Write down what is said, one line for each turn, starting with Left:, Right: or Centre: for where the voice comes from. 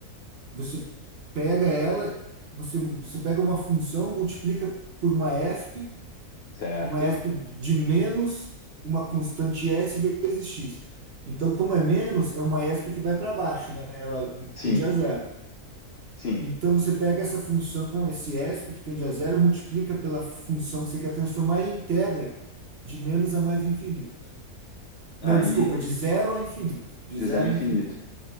Right: você pega ela, você, você pega uma função, multiplica por uma ESP,
Left: Certo?
Right: uma ESP de menos uma constante S vezes x. Então, como é menos, é uma ESP que vai para baixo, né? Ela
Left: Sim,
Right: tende a zero.
Left: sim.
Right: Então você pega essa função, esse ESP que tende a zero, multiplica pela função que você quer transformar e integra de menos a mais infinito.
Left: Aí,
Right: Não, desculpa, de zero a infinito. De
Left: de
Right: zero
Left: zero
Right: a
Left: a
Right: infinito.
Left: infinito.